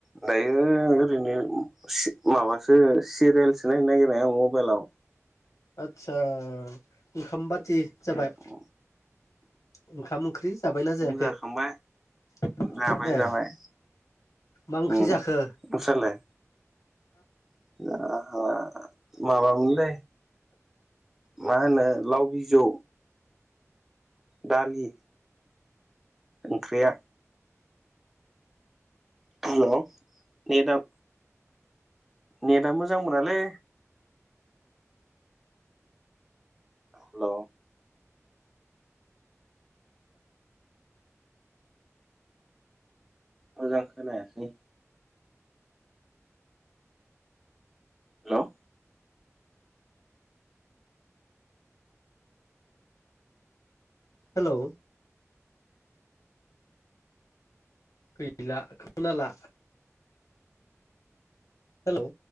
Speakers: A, in the centre; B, on the left.
A: दायो ओरैनो सि माबासो सिरियाेलसो नायनो नागिरनाय आं मबेलाव
B: आदसा ओंखाम बाथि जाबाय?
A: अ
B: ओंखाम ओंख्रि जाबायना जायाखै?
A: जाखांबाय
B: <inaudible>
A: जाबाय
B: नो
A: जाबाय
B: मा ओंख्रि
A: उम
B: जाखो
A: नोंस्रालाय <unintelligible> माबामोनलै मा होनो लाव बिजौ दालि ओंख्रिया <unintelligible> ने दा नेदा मोजांब्रा लै हेल' मोजां खोनायासै हेल'
B: हेलौ गैला खोनाला हेल'